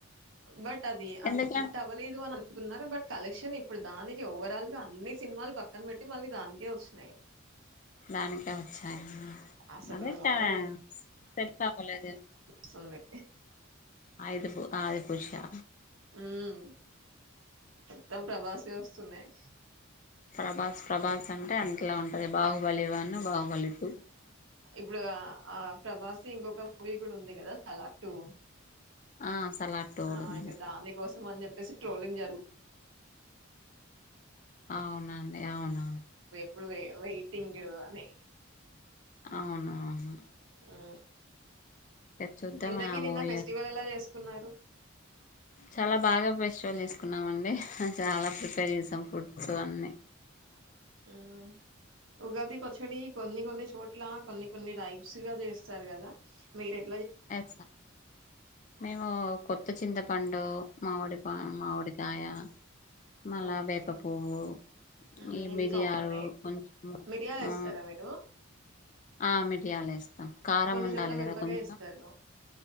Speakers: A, on the right (about 70°); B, on the left (about 35°).
A: బట్ అది అంత
B: ఎందుకని
A: హిట్ అవ్వలేదు అని కున్నారు బట్ కలెక్షన్ ఇప్పుడు దానికి ఓవరాల్ గా అన్ని సినిమాలు పక్కన పెట్టి మళ్ళీ దానికే వచ్ నై
B: దానికే వచ్చాయ
A: అసలు
B: అదే
A: మొత్తం
B: తా సెట్ అవ్వలేదే మొ
A: స్తుంది
B: ఆయిదుపు ఆదిపురుషా
A: హుమ్మ్ మొత్తం ప్రభాస్ ఏ వస్తున్నాయి
B: ప్రభాస్ ప్రభాస్ అంటే అట్లా ఉంటది బాహుబలి వన్ బాహుబలి టూ
A: ఇప్పుడు ఆ ఆ ప్రభాస్ది ఇంకొక మూవీ కూడా ఉంది కదా సలార్ టూ
B: ఆ సలార్ టూ కూడా
A: ఆ
B: ఉంది
A: ఇంకా దానికోసం అని చెప్పేసి ట్రోలింగ్ జరుగ్
B: అవునండి అవునవును
A: ఇప్పుడు వే వెయిటింగ్ అని
B: అవునవును
A: ఆ
B: చూద్దాం
A: ఇంతకి
B: ఆ
A: నిన్న
B: మూవీ
A: ఫెస్టివల్ ఎలా చేసుకున్నారు
B: చాలా బాగా ఫెస్టివల్ తీసుకున్నామ అండి చాలా ప్రిపేర్ చేసాం ఫుడ్స్ అన్నిీ
A: మ్ ఉగాది పచ్చడి కొన్ని కొన్ని చోట్ ట్లా కొన్ని కొన్ని రైప్స్ గా చేస్తారు కదా మీరేట్
B: స్తం మేము కొత్త చింత పండు మామిడి పా మామిడికాయ మళ్ళ
A: ఓకే
B: వేప పువ్వు
A: ఉమ్
B: ఈ
A: ఇవి
B: మీడియాలు
A: కామనే
B: కొంచెం
A: మిరియాలు వేస్తారా
B: ఆ
A: మీరు
B: ఆ మిడియాలుేస్తాం కారం
A: కొన్ని
B: ఉండాలి
A: చోట్ల మిరపకాయ
B: కదా కొంచెం
A: వేస్తారు